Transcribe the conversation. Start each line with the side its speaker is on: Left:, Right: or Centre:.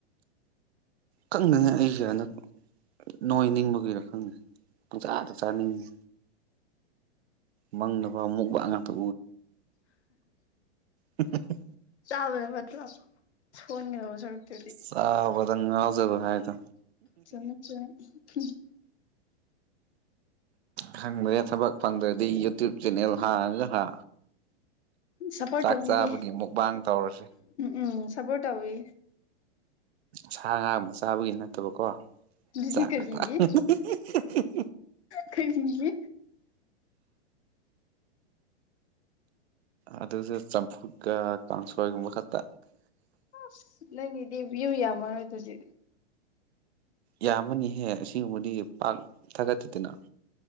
Right: ꯈꯪꯗꯦꯅꯦ ꯑꯩꯁꯦ ꯍꯟꯗꯛ ꯅꯣꯏꯅꯤꯡꯕꯒꯤꯔ ꯈꯪꯗꯦ ꯄꯪꯆꯥꯥꯗ ꯆꯥꯅꯤꯡꯉꯤ ꯃꯪꯗ ꯐꯥꯎ ꯃꯨꯛꯕꯥꯡ ꯉꯥꯛꯇ <unintelligible>
Left: ꯆꯥꯕꯅ ꯐꯠꯇ꯭ꯔꫭ ꯁꫭꯟꯒꯗꯧ ꯁꯔꯨꯛꯇꯨꯗꯤ
Right: ꯆꯥꯕꯗ ꯉꯥꯎꯖꯕ ꯍꯥꯏꯗꯣ
Left: ꯆꯨꯝꯃ‌ꯦ ꯆ꯭ꯋ‌ꯦ <unintelligible>
Right: ꯈꯪꯗ꯭ꯔꯦ ꯊꯕꯛ ꯐꯪꯗ꯭ꯔꯗꯤ ꯌꯨꯇ꯭ꯌꯨꯞ ꯆꯦꯅꯦꯜ ꯍꯥꯡꯉꯒ ꯍꯥ
Left: ꯁꯞꯄꯣꯔꯠ
Right: ꯆꯥꯛ
Left: ꯇꯧꯕꯤꯒꯦ
Right: ꯆꯥꯕꯒꯤ ꯃꯨꯛꯕꯥꯡ ꯇꯧꯔꯁꯦ
Left: ꯎꯝ ꯁꯞꯄꯣꯔꯠ ꯇꯧꯕꯤ
Right: ꯁꯥ ꯉꯥꯝꯕ ꯆꯥꯕꯒꯤ ꯅꯠꯇꯕꯀꯣ
Left: ꯑꯗꯨꯗꯤ
Right: ꯆꯥꯛ ꯉꯥꯛꯄ
Left: ꯀꯔꯤꯒꯤ
Right: <unintelligible>
Left: ꯀꯔꯤꯒꯤ
Right: ꯑꯗꯨꯁꯨ ꯆꯝꯐꯨꯠꯀ ꯀꯥꯡꯁꯣꯏꯒꯨꯝꯕ ꯈꯛꯇ
Left: ꯑꯁ ꯅꯪꯒꯤꯗꯤ ꯕ꯭ꯌꯨ ꯌꯥꯝꯃꯔꯣꯏ ꯑꯗꯨꯗꯤ
Right: ꯌꯥꯝꯃꯅꯤꯍꯦ ꯑꯁꯤꯒꯨꯝꯕꯗꯤ ꯄꯥꯛ ꯊꯥꯒꯠꯇꯤꯗꯅ